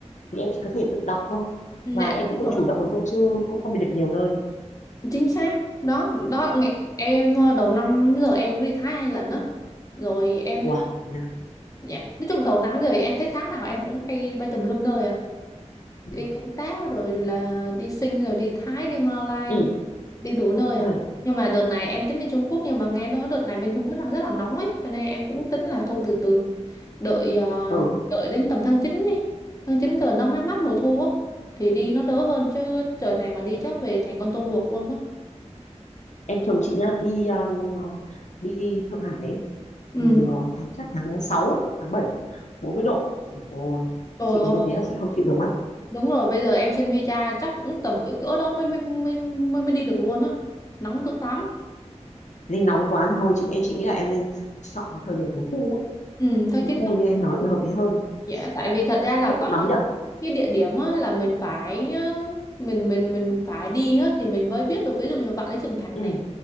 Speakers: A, on the left; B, on the left.
A: thì em chỉ có thể tự đọc thôi
B: Dạ,
A: và em có
B: Đúng
A: thể
B: rồi.
A: chủ động được thôi chứ cũng không đi được nhiều nơi
B: chính xác đó đó nghe- em ờ, đầu năm giờ em cũng đi Thái hai lần đó rồi em
A: wow nha
B: dạ nói chung đầu năm giờ em thấy tháng nào em cũng bay bay tùm lum nơi à
A: ừ.
B: đi công tác rồi là đi Sing rồi đi Thái đi Malai
A: ừ
B: đi đủ nơi à
A: ừ
B: nhưng mà đợt này em tính đi Trung Quốc nhưng mà nghe nói đợt này bên Trung Quốc đang rất là nóng ấy cho nên em cũng tính là thôi từ từ đợi ờ,
A: ừ
B: đợi đến tầm tháng 9 đi tháng 9 trời nó mát mát mùa thu á thì đi nó đỡ hơn chứ trời này mà đi chắc về thành con tôm luộc luôn quá
A: em chồng chị nhá đi um, đi, đi Thượng Hải ấy,
B: Ừ.
A: mùa tháng chắc tháng 6, tháng 7. bốn mươi độ rồi
B: trời
A: chị
B: ơi
A: mà như thế là chị không chịu được mất
B: đúng rồi bây giờ em xin visa chắc cũng tầm cỡ cỡ đó mới mới mới mới, mới đi được luôn á nóng dữ lắm
A: nên nóng quá thì thôi chị em chị nghĩ là em nên chọn thời điểm mùa thu ấy.
B: ừ, tháng
A: mùa
B: 9
A: thu như em nói thì hợp lý hơn
B: Dạ, tại vì thật ra
A: Trung
B: là
A: Quốc cũng
B: có
A: nóng
B: những
A: nhỉ
B: cái địa điểm á, là mình phải ờ, mình mình mình phải đi á, thì mình mới biết được ví dụ như Vạn Lý Trường Thành
A: ừ
B: này